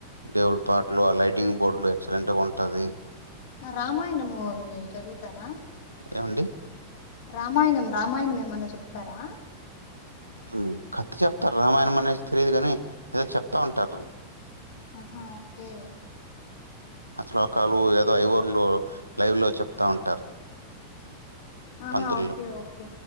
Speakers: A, on the right; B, on the left.
A: దేవుడు పాట్లు ఆ లైటింగ్ బోర్డు ఎక్సలెంట్ గా ఉంటాది
B: ఆ రామాయణమో వీటి చదువుతారా?
A: ఏవండి?
B: రామాయణం రామాయణం ఏమన్నా చెప్తారా
A: ఉ కత్తి చెప్తారు రామాయణం అనేసి స్త్రీ గాని ఏదో చెప్తా ఉంటారు.
B: ఆహా ఓకె
A: ఆ శ్లోకాలు ఏదో ఐవర్లు లైవ్ లో చెప్తా ఉంటారు.
B: ఆహా
A: పంతులు.
B: Okay okay